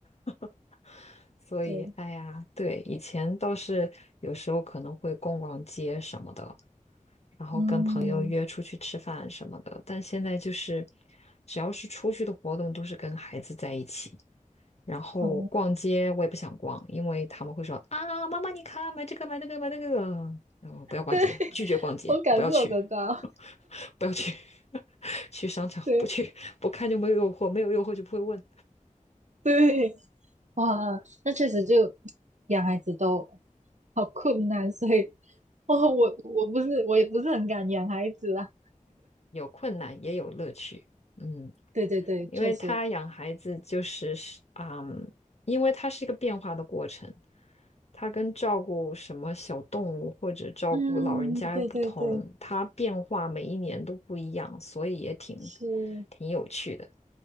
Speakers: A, on the left; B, on the right.
A: <laughs> 所以，
B: 对，
A: 哎呀，对，以前倒是有时候可能会逛逛街什么的，然后跟朋友约出去吃饭什么的，
B: 嗯，
A: 但现在就是只要是出去的活动都是跟孩子在一起，然后逛街我也不想逛，
B: 哦，
A: 因为他们会说啊，妈妈你看买这个买那个买那个，然后不要逛街，
B: 对，<laughs>
A: 拒绝逛街，
B: 我感受得到，
A: 不要去，<laughs> 不要去，<laughs> 去商场不去，
B: 对
A: 不看就没有诱惑，没有诱惑就不会问，
B: 对，哇，那确实就养孩子都好困难，所以哦，我我不是我也不是很敢养孩子啦，
A: 有困难也有乐趣，嗯。
B: 对对对，
A: 因为他养孩子就是是嗯，
B: 确实。
A: 因为它是一个变化的过程，它跟照顾什么小动物或者照顾老人家又不同，
B: 嗯，对对对，
A: 它变化每一年都不一样，所以也挺
B: 是
A: 挺有趣的，